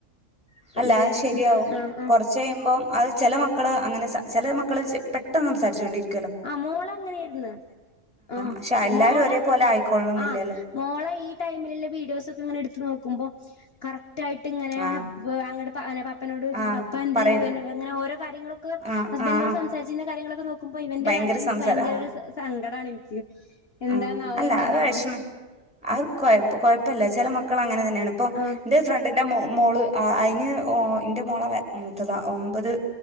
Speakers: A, on the left (about 50°); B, in the centre.
A: ഇപ്പൊ
B: അല്ല
A: ഇനി എല്ലാരടുത്തും
B: അത് ശരിയാവും
A: ആഹ് ആഹ്
B: കുറച്ച് കഴിയുമ്പോം അത് ചില മക്കള് അങ്ങനെ ചെല മക് <unintelligible> പെട്ടെന്ന് സംസാരിച്ചു കൊണ്ടിരി
A: ആഹ് മോള അങ്ങനെയാരിന്ന് ആഹ്
B: പക്ഷെ എല്ലാരും
A: മോള
B: ഒരേപോലെ ആയിക്കൊള്ളണംന്നില്ലല്ലോ
A: ആഹ് മോള ഈ ടൈമിലുള്ള വീഡിയോസ് ങ്ങനെ എടുത്ത് നോക്കുമ്പോ കറ റ്റായിട്ടിങ്ങനെ
B: ആഹ്
A: ഹംബ് വേഡ് അങ്ങട് പ നാ പപ്പനോട് ചോയിച്ചിട്ട്
B: ആഹ്
A: പപ്പ എന്തത്
B: പറയ്
A: എങ്ങനെ ഓരോ കാര്യങ്ങളൊക്കെ
B: ആഹ്
A: ഹസ്ബന്റിനോട്
B: ആഹ്
A: സംസാച്ചിരുന്ന കാര്യങ്ങളൊക്കെ നോക്കും ഇവന്റെ
B: ഭയങ്കര
A: കാര്യത്തിൽ എനിക്ക്
B: സംസാര
A: ഭയങ്കരോരു
B: ആഹ്
A: സ സങ്ക ങ്കടാണ് എനിക്ക് എന്താന്നാവോ
B: ആഹ് അല്ല
A: എന്താന്നാവോ
B: ആഹ് വിഷമം അത് കൊഴപ്പി കൊഴപ്പില്ല ചില മക്കള് അങ്ങനെ തന്നെയാണ് ഇപ്പൊ
A: ആ ആ
B: ന്റെ ഫ്രണ്ടി എന്റെ മോ മോള് ആ അയ്ന് ഓ ന്റെ മോളെ മൂത്തതാ ഒമ്പത്